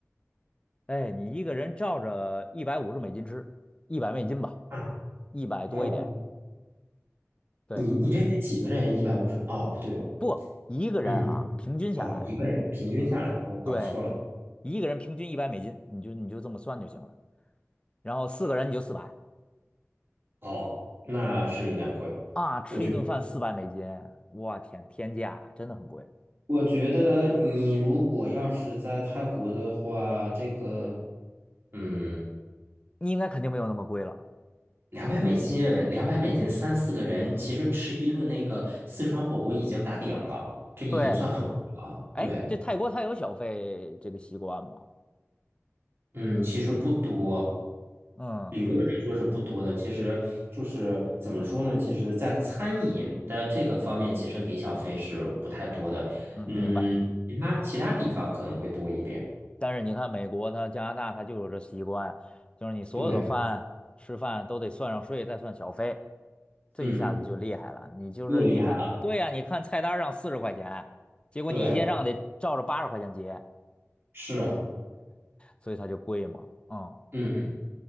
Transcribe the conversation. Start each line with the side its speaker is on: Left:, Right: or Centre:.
Left: 哎，你一个人照着一百五十美金吃，一百美金吧，
Right: 啊
Left: 一百多一点。
Right: 一百五
Left: 对，
Right: 你你这得几个人？一百五十？哦，不对哦，
Left: 不，一个人啊，
Right: 嗯，
Left: 平均下来，
Right: 哦，一个人平均下来，我搞错了。
Left: 对，一个人平均一百美金，你就你就这么算就行了。然后四个人你就四百
Right: 哦，那是有点贵。
Left: 啊，吃一顿饭四百美金，
Right: 我觉得，
Left: 我天，天价，真的很贵。
Right: 我觉得你如果要是在泰国的话，这个，嗯，
Left: 你应该肯定没有那么贵了。
Right: 两百美金，两百美金三四个人，其实吃一顿那个四川火锅已经打顶了，这已经算很贵了。
Left: 对。哎，
Right: 对，
Left: 这泰国它有小费这个习惯吗？
Right: 嗯，其实不多，
Left: 嗯
Right: 理论上说是不多的。其实就是怎么说呢？其实，在餐饮的这个方面，其实给小费是不太多的。
Left: 嗯，
Right: 嗯，
Left: 明白。
Right: 其他其他地方可能会多一点。
Left: 但是你看美国它、加拿大它就有这习惯，就是你所有的饭吃饭都得算上税，
Right: 对，
Left: 再算小费，这一下子就厉害了。
Right: 嗯，
Left: 你就是你看，
Right: 又厉害了。
Left: 对呀、你看菜单上四十块钱，结果你一结账得照着八十块钱结，
Right: 对，是，
Left: 所以它就贵嘛。嗯
Right: 嗯，